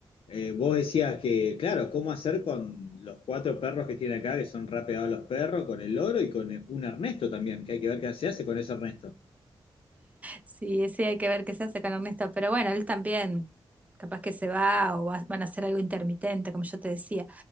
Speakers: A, on the left (about 75°); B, on the right (about 15°).
A: eh, vos decías que, claro, ¿cómo hacer con los cuatro perros que tiene acá, que son rapeados los perros, con el loro y con eh, un Ernesto también, que hay que ver qué se hace con ese Ernesto?
B: Sí, sí, hay que ver qué se hace con Ernesto, pero bueno, él también, capaz que se va o va- van a hacer algo intermitente, como yo te decía.